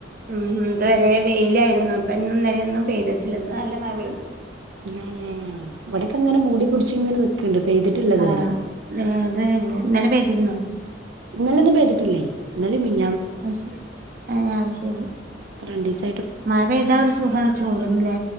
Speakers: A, on the right; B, on the right.
A: ഉം ഉം ഇതുവരെ വെയിലായിരുന്നു ഇപ്പ ഇന്നും ഇന്നലെയും ന്നും പെയ്തിട്ടില്ല ഇന്ന് നല്ല മഴ പെയ്തു.
B: തെന്നെ ഇവിടെക്കെ ഇങ്ങനെ മൂടിപുടിച്ച് ഇങ്ങനെ നിക്ക്ണ്ട് പെയ്തിട്ടില്ല ഇതുവരെ
A: ആ ഇതുവരെല്ല ഇന്നലെ പെയ് യിരുന്നോ
B: ഇന്നെലൊന്നും പെയ്തിട്ടില്ലെ, ഇന്നലേം മിഞ്
A: അത്ശ ആ അതുശരി
B: രണ്ടീസം
A: മഴ പെയ്താ ഒരു സുഖാണ് ചൂടിന്നില്ലേ,